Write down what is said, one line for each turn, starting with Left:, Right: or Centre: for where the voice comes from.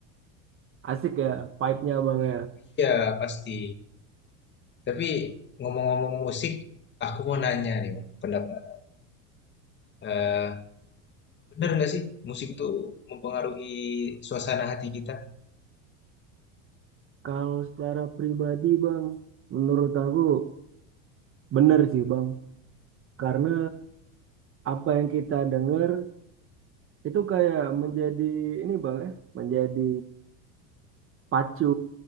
Right: Asik ya vibe-nya Bang ya.
Left: Iya pasti. Tapi ngomong-ngomong musik, aku mau nanya nih Bang, pendapat. Eh, bener nggak sih musik tuh mempengaruhi suasana hati kita?
Right: Kalau secara pribadi Bang, menurut aku bener sih Bang. Karena apa yang kita denger itu kayak menjadi ini Bang ya, menjadi pacu